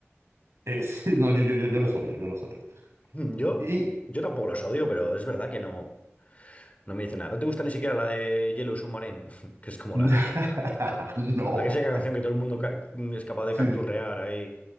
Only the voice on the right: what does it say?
Eh, sí, no, yo, yo, yo, yo los odio, yo los odio.
Y
<laughs>
no,
sí,